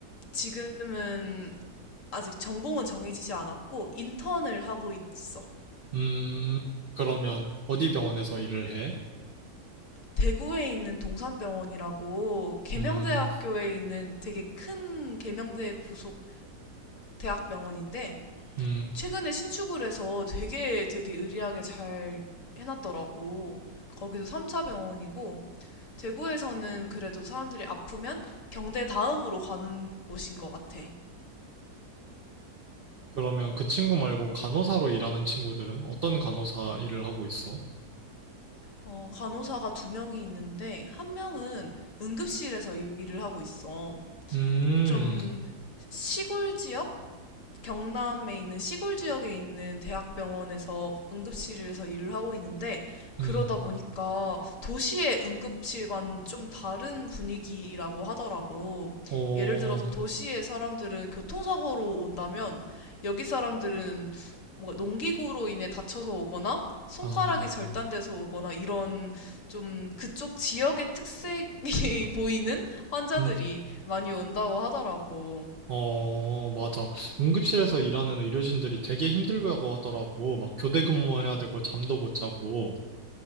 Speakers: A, on the left; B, on the right.
A: 지금은 아직 전공은 정해지지 않았고 인턴을 하고 있어.
B: 음, 그러면 어디 병원에서 일을 해?
A: 대구에 있는 동산병원이라고 계명대학교에
B: 음,
A: 있는 되게 큰 계명대 부속 대학병원인데
B: 음, 음.
A: 최근에 신축을 해서 되게 되게 의리하게 잘 해놨더라고. 거기도 3차 병원이고 대구에서는 그래도 사람들이 아프면 경대 다음으로 가는 곳인 것 같아.
B: 그러면 그 친구 말고 간호사로 일하는 친구들은 어떤 간호사 일을 하고 있어?
A: 어, 간호사가 두 명이 있는데 한 명은 응급실에서 일을 하고 있어.
B: 음,
A: 좀 시골 지역? 경남에 있는 시골 지역에 있는 대학병원에서 응급실에서 일을 하고 있는데 그러다
B: 음,
A: 보니까 도시의 응급실과는 좀 다른 분위기라고 하더라고.
B: 어,
A: 예를 들어서 도시의 사람들은 교통사고로 온다면 여기 사람들은 뭔가 농기구로 인해 다쳐서 오거나 손가락이
B: 아,
A: 절단돼서 오거나 이런 좀 그쪽 지역의 특색이 <laughs> 보이는 환자들이
B: 음,
A: 많이 온다고 하더라고.
B: 어, 맞아. 응급실에서 일하는 의료진들이 되게 힘들다고 하더라고. 막 교대 근무해야 되고 잠도 못 자고.